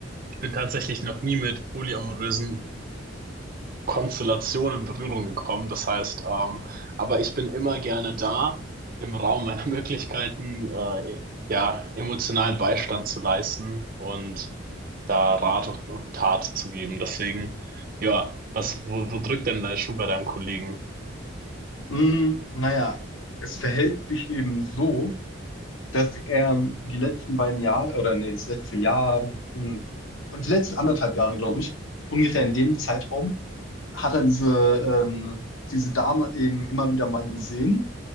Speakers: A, on the right; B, on the left.
A: ich bin tatsächlich noch nie mit polyamorösen Konstellationen in Berührung gekommen. Das heißt, ähm, aber ich bin immer gerne da, im Raum meiner <laughs> Möglichkeiten, äh, ja, emotionalen Beistand zu leisten und da Rat und Tat zu geben. Deswegen, ja, was, wo, wo drückt denn dein Schuh bei deinem Kollegen?
B: Hm, naja, es verhält sich eben so, dass er die letzten beiden Jahre, oder nee, das letzte Jahr und, und die letzten anderthalb Jahre, glaube ich, ungefähr in dem Zeitraum, hat er diese, ähm, diese Dame eben immer wieder mal gesehen.